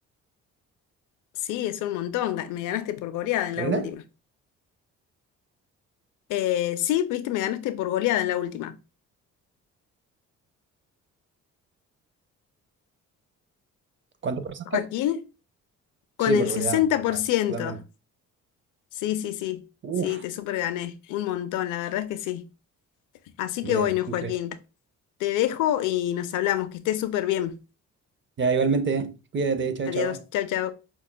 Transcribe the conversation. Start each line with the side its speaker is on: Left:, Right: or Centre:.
Left: Sí, es un montón. ga- Me ganaste por goleada en
Right: ¿Karina?
Left: la última. Eh, sí, viste, me ganaste por goleada en la última.
Right: ¿Cuánto porcentaje?
Left: Joaquín, con
Right: Sí, por
Left: el
Right: goleada,
Left: sesenta
Right: por goleada,
Left: por ciento
Right: totalmente.
Left: Sí, sí, sí,
Right: Uf,
Left: sí, te super gané. Un montón, la verdad es que sí. Así
Right: bien,
Left: que bueno,
Right: increíble.
Left: Joaquín, te dejo y nos hablamos. Que estés súper bien.
Right: Ya, igualmente, cuídate, chao,
Left: Adiós,
Right: chao.
Left: chao, chao.